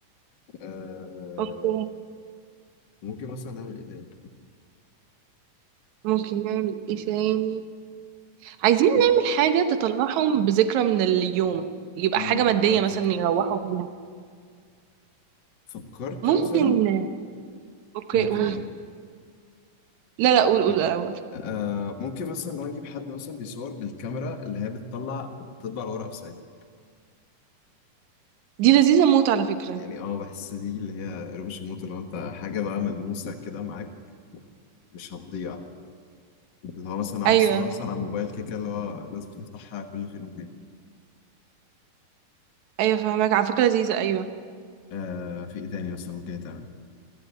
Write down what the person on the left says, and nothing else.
آه
ممكن مثلا نعمل ايه تاني؟
و-
امم
ما دي بقى الفكرة
فكرت
مثلا
ممكن
ايه
م-
آه ممكن مثلا لو نجيب حد مثلا بيصور بالكاميرا اللي هي بتطلع بتطبع الورقه بساعتها
يعني اه بحس دي اللي هي قربوش الموت اللي هو انت حاجه بقى ملموسه كده معاك مش هتضيع اللي هو مثلا معاك
صوره مثلا على موبايل كده اللي هو الناس بتفتحها كل فين وفين
آه في ايه تاني مثلا ممكن يتعمل